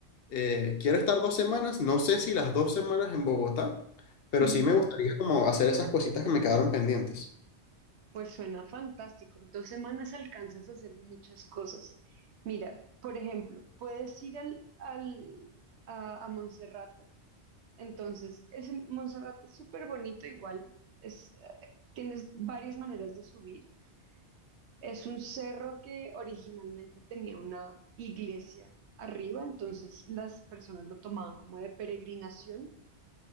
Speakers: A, on the left; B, on the right.
A: eh, quiero estar dos semanas, no sé si las dos semanas en Bogotá, pero
B: ujú.
A: sí me gustaría como hacer esas cositas que me quedaron pendientes.
B: Pues suena fantástico. Dos semanas alcanzas a hacer muchas cosas. Mira, por ejemplo, puedes ir al, al- a, a Monserrate Entonces, ese Monserrate es súper bonito, igual es, eh, tienes varias maneras de subir. Es un cerro que originalmente tenía una iglesia arriba, entonces las personas lo tomaban como de peregrinación,